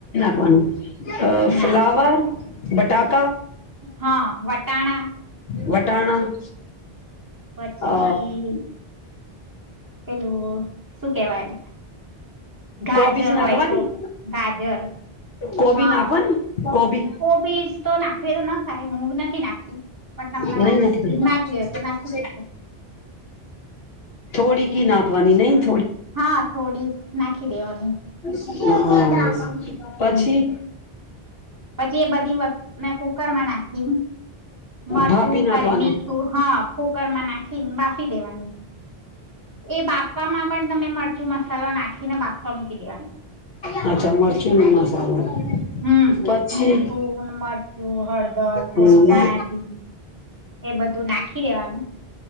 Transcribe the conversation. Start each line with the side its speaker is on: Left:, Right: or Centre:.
Left: આપવાનું ફ્લાવર.
Right: ના
Left: <unintelligible>
Right: હા વટાણા
Left: વટાણા
Right: પછી
Left: અ
Right: પેલું શું કેવાય? ગાજર
Left: કોબીજ નાખવાની
Right: હોય તો ગાજર
Left: કોબી
Right: હા
Left: નાખવાની કોબી
Right: કોબીજ તો નાખવી તો ના થાય હું નથી નાખી પણ તમને
Left: નહી નાખતી
Right: નાખવી હોય, તો નાખી શક
Left: થોડી ઘ નાખ વાની નહીં
Right: હા, થોડી નાખી દેવાની
Left: <unintelligible> પછી
Right: હમ્મ પછી એ બધી વસ્તુ કુકર માં નાખી મરચું
Left: ભાપી નાખવાનું
Right: અરે મીઠું હા કુકર કરમા નાખન બાસ કી દેવાની એ બાફવામાં પણ તમે મળ કચું મસાલો નાખીને બાથમ કલીવાણે
Left: અચ્છા મરચુંનું મસાલો
Right: હમ
Left: પછી
Right: મીઠું મરચું હળદર થોડી
Left: ના
Right: ધાણા જીરું એ બધું નાખી દેવાનું